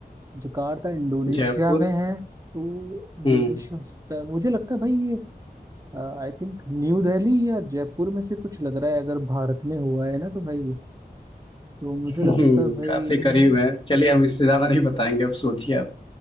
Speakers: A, on the right (about 20°); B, on the left (about 30°).
A: जकार्ता इंडोनेशिया
B: जयपुर
A: में है तो इंडोनेशिया
B: हम्म
A: हो सकता है मुझे लगता है भाई ये आई थिंक न्यू दिल्ली या जयपुर में से कुछ लग रहा है अगर भारत में हुआ है ना तो भाई ये तो मुझे
B: हम्म,
A: लगता है भाई
B: काफी
A: इन-
B: करीब है चलिए हम इससे ज्यादा नहीं बताएंगे अब सोचिए आप